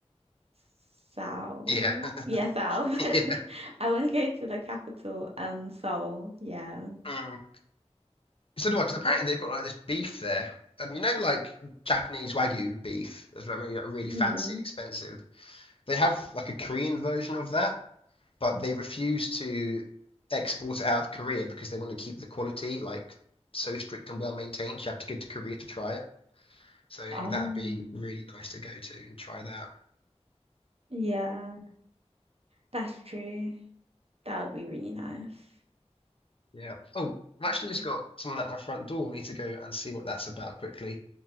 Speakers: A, on the right; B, on the left.
A: South.
B: Yeah,
A: Yeah, South. <laughs>
B: <laughs> yeah.
A: I want to go to the capital, um, Seoul. Yeah.
B: Mm. It's another one because apparently they've got like this beef there. Um, you know, like Japanese Wagyu beef that's really, like, really fancy
A: Mm.
B: and expensive. They have like a Korean version of that, but they refuse to export it out of Korea because they want to keep the quality like so strict and well maintained. You have to go to Korea to try it. So I
A: Oh,
B: think that'd be really nice to go to and try that.
A: yeah, that's true. That would be really nice.
B: Yeah. Oh, I've
A: Mhm.
B: actually just got someone at my front door. I need to go and see what that's about quickly.